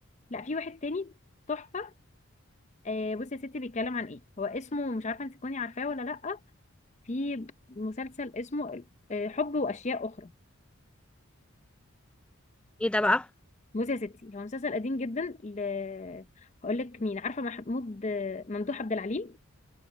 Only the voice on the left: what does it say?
لا في واحد تاني تحفه آه بصي يا ستي بيتكلم عن ايه هو اسمه مش عارفه انت تكوني عارفاه ولا لا في مسلسل اسمه آه، حب واشياء اخرى
بصي يا ستي هو مسلسل قديم جدا ل... هقول لك مين عارفه محمود آه، ممدوح عبد العليم